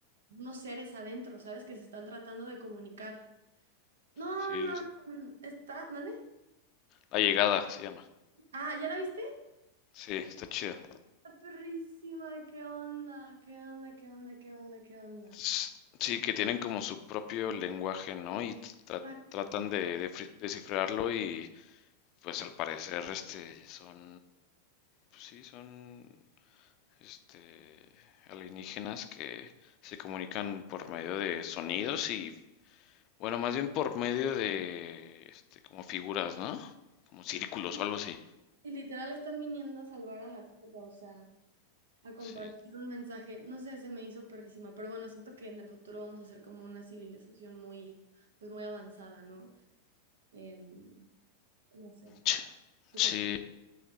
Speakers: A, on the right (about 65°); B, on the left (about 40°).
A: unos seres adentro, ¿sabes? Que se están tratando de comunicar. No,
B: Sí,
A: no, no, está, ¿mande?
B: La Llegada se llama.
A: Ah, ¿ya la viste?
B: Sí, está chida.
A: Está perrísima, ¿qué onda? ¿Qué onda? ¿Qué onda? ¿Qué onda? ¿Qué onda?
B: S- Sí, que tienen como su propio lenguaje, ¿no? Y tra-
A: Exacto.
B: tratan de, defri- descifrarlo y pues al parecer este son, pues sí, son este alienígenas que se comunican por medio de sonidos y Bueno, más bien por medio de, este, como figuras, ¿no? Como círculos
A: Y
B: o algo así.
A: y literal están viniendo a salvar a la tierra, o sea, a compartir
B: Sí.
A: un mensaje. No sé, se me hizo perrísima, pero bueno, siento que en el futuro vamos a ser como una civilización muy, pues muy avanzada, ¿no? Em, no sé.
B: Ch-
A: ¿Tú qué?
B: Sí.